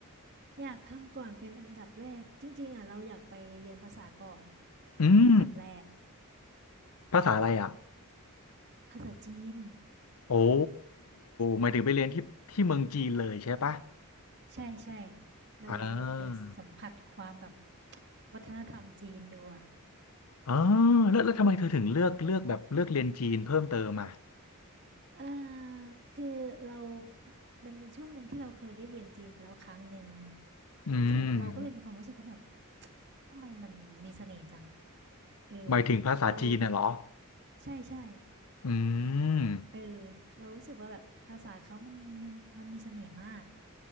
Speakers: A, on the right; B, on the left.
A: อยากทำก่อนเป็นอันดับแรกจริงๆอ่ะเราอยากไปเรียนภาษาก่อน
B: อืม
A: ไปอันดับแรก
B: ภาษาอะไรอ่ะ
A: ภาษาจีน
B: โอ้หมายถึงไปเรียนที่ที่เมืองจีนเลยใช่ปะ
A: ใช่ใช่เราอยากจะแบบไปสัมผัสความแบบ
B: อ่า
A: วัฒนธรรมจีนดูอ่ะ
B: อ๋อแล้วแล้วทำไมเธอถึงเลือกเลือกแบบเลือกเรียนจีนเพิ่มเติมอ่ะ
A: เออคือเรามันมีช่วงหนึ่งที่เราเคยได้เรียนจีนไปแล้วครั้งหนึ่ง
B: อืม
A: ที่เราก็เลยมีความรู้สึกว่าแบบทำไมมันมีเสน่ห์จังเออ
B: หมายถึงภาษาจีนน่ะเหรอ
A: เราใช่ใช่
B: อืม
A: เออเรารู้สึกว่าแบบภาษาเขามันมันมันมีเสน่ห์มาก